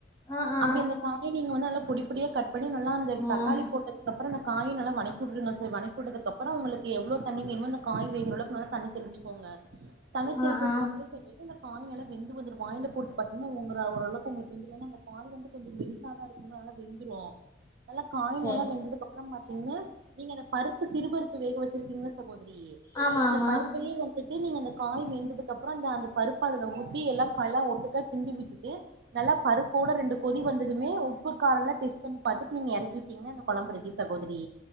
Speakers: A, on the left; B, on the right.
A: ஆ ஆ
B: அப்டி அந்த காய் நீங்க வந்து பொடிபொடியா கட் பண்ணி நல்லா இந்த தக்காளி
A: ஆ
B: போட்டதுக்கப்றோ இந்த காய நல்லா வணக்கி உட்ருங்க <unintelligible> வணக்கி உட்டதுக்கப்றோ உங்களுக்கு எவ்ளோ தண்ணி வேணுமோ இந்த காய் வேகுறளவுக்கு தண்ணி தெளிச்சுகோங்க தண்ணி தெளிசதுக்கப்றோ
A: ஆ ஆ
B: <unintelligible> அந்த காய் நல்லா வெந்து வந்துரு வாய்ல போட்டு பாத்தீங்கன்னா உங்கர ஓரளவுக்கு உங்களுக்கு <unintelligible> அந்த காய் வந்து கொஞ்ச மெலி சா தா இருக்குங்க நல்லா வெந்துரு நல்ல காய்
A: சேரி
B: நல்லா வெந்ததுக்கப்றோ பா த்திங்ன்னா நீங்க அந்த பருப்பு சிறுபருப்பு வேக வெச்சிருக்கீங்கல்ல சகோதரி
A: ஆமா
B: அந்த
A: ஆமா
B: பருப்பயு திருப்பி நீங்க அந்த காய் வெந்ததுக்கு அப்ற அந்த அந்த பருப்பு அதுல ஊத்தி எல்லா கல்லா ஒட்டுக்க கிண்டி விட்டுட்டு நல்லா பருப்போட ரெண்டு கொதி வந்ததுமே உப்புக்காரல்லா டெஸ்ட் பண்ணி பாத்துட்டு நீங்க எறக்கிட்டீ ங்கனா இந்த கொழம்பு ரெடி சகோதரி